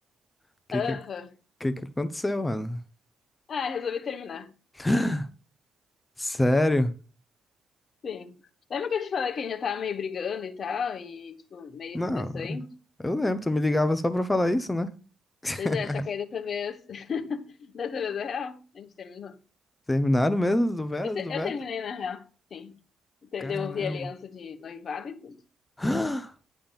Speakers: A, on the left; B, on the left.
A: O que
B: Aham.
A: que, que que aconteceu, Ana?
B: Ah, resolvi terminar.
A: <gasps> Sério?
B: Sim. Lembra que eu te falei que a gente já tava meio brigando e tal, e, tipo, meio
A: Não,
B: estressante?
A: eu lembro, tu me ligava só pra falar isso, né? <laughs>
B: Pois é, só que aí dessa vez. <laughs> Dessa vez é real? A gente terminou.
A: Terminaram mesmo do Veras,
B: Eu, te- eu
A: do Vera?
B: terminei na real, sim. Te-
A: Caramba.
B: Devolvi a aliança de noivado e tudo.
A: <gasps>